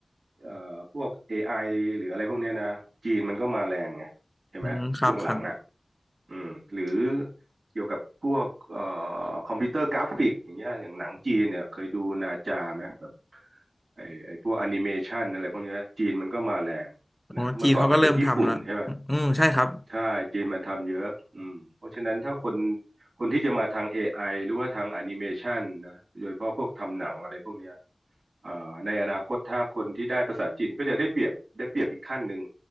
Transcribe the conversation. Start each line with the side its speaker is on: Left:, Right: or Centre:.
Right: เอ่อพวก AI หรืออะไรพวกเนี้ยนะจีนมันก็มาแรงไงใช่ไหมช่วงหลังอ่ะ
Centre: อืมครับครับ
Right: อืมหรือเกี่ยวกับพวกเอ่อคอมพิวเตอร์กราฟิกอย่างเงี้ยอย่างหนังจีนเนี่ยเคยดูนาจาไหมแบบไอ้ไอ้พวกแอนิเมชันอะไรพวกเนี้ยจีนมันก็มาแรง
Centre: อ๋อจีนเขาก็เริ่มทำแล้ว
Right: นะเมื่อก่อนมันเป็นญี่ปุ่นใช่ไหม
Centre: อืมใช่ครับ
Right: ใช่จีนมันทำเยอะอืมเพราะฉะนั้นถ้าคนคนที่จะมาทางเอไ i หรือว่าทางแอนิเมชันนะโดยเฉพาะพวกทำหนังอะไรพวกเนี้ย เอ่อในอนาคตถ้าคนที่ได้ภาษาจีนก็จะได้เปรียบได้เปรียบอีกขั้นหนึ่ง